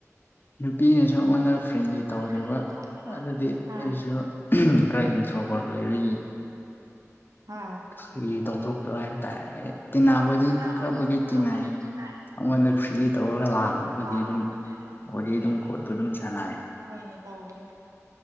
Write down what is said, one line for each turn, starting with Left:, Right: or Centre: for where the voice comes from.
Left: ꯅꯨꯄꯤꯅꯁꯨ ꯑꯩꯉꯣꯟꯗ ꯐ꯭ꯔꯦꯟꯂꯤ ꯇꯧꯗꯕ
Right: ꯐ꯭ꯔꯦꯟꯂꯤ ꯇꯧꯗꯕ
Left: ꯑꯗꯨꯗꯤ
Right: ꯑꯥ
Left: ꯑꯩꯁꯨ ꯈꯔ ꯏꯟꯊ꯭ꯔꯣꯕꯔꯠ ꯑꯣꯏꯕꯒꯤ
Right: ꯍꯥꯥ
Left: ꯐꯥꯒꯤ ꯇ‌ꯧꯊ‌ꯣꯛꯄ ꯍꯥꯏ ꯇꯥꯔ‌ꯦ ꯍꯥꯏ ꯇꯤꯟꯅꯕꯨꯗꯤ
Right: ꯇꯤꯟꯅꯕꯗꯤ
Left: ꯈꯔꯕꯨꯗꯤ ꯇꯤꯟꯅꯩ
Right: ꯈꯔꯕꯨꯗꯤ
Left: ꯑꯩꯉꯣꯟꯗ
Right: ꯇꯤꯟꯅꯩ
Left: ꯐ꯭ꯔꯤ ꯇꯧꯔꯒ ꯂꯥꯛꯄꯕꯨꯗꯤ
Right: ꯂꯥꯡꯕꯕꯨꯗꯤ
Left: ꯑꯗꯨꯝ
Right: ꯑꯗꯨꯝ
Left: ꯋꯥꯔꯤꯗꯤ ꯑꯗꯨꯝ ꯈꯣꯠꯄ ꯑꯗꯨꯝ ꯁꯥꯟꯅꯩ
Right: ꯍꯣꯏꯅꯦ ꯇꯧꯕꯅꯦ